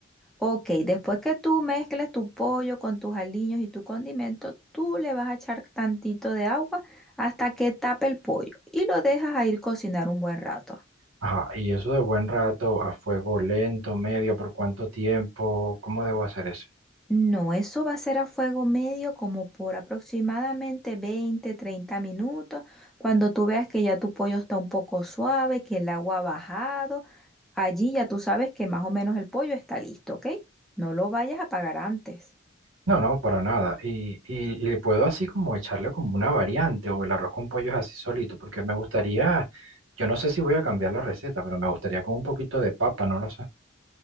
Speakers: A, in the centre; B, on the right (about 80°).
A: Ok, después que tú mezcles tu pollo con tus aliños y tu condimento, tú le vas a echar tantito de agua hasta que tape el pollo y lo dejas a ir cocinar un buen rato.
B: Ajá, y eso de buen rato a fuego lento, medio, ¿por cuánto tiempo? ¿Cómo debo hacer eso?
A: No, eso va a ser a fuego medio como por aproximadamente 20, 30 minutos. Cuando tú veas que ya tu pollo está un poco suave, que el agua ha bajado, allí ya tú sabes que más o menos el pollo está listo, ¿ok? No lo vayas a apagar antes.
B: No, no, para nada. Y, y, y le puedo así como echarle como una variante o el arroz con pollo es así solito, porque me gustaría, yo no sé si voy a cambiar la receta, pero me gustaría con un poquito de papa, no lo sé.